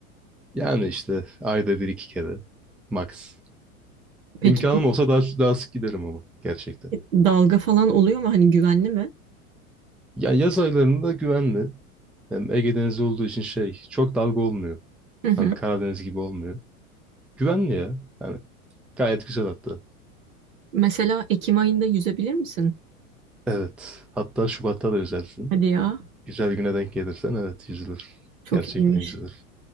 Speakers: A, in the centre; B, on the right.
A: Yani işte ayda bir iki kere. Max.
B: Peki
A: İmkanım olsa daha, daha sık giderim ama gerçekten.
B: dalga falan oluyor mu? Hani güvenli mi?
A: Ya yaz aylarında güvenli. Hem Ege Denizi olduğu için şey çok dalga olmuyor.
B: Hı hı.
A: Hani Karadeniz gibi olmuyor. Güvenli ya. Hani gayet güzel hatta.
B: Mesela Ekim ayında yüzebilir misin?
A: Evet. Hatta Şubat'ta da yüzersin.
B: Hadi ya.
A: Güzel güne denk gelirsen evet yüzülür.
B: Çok
A: Gerçekten
B: iyiymiş.
A: yüzülür.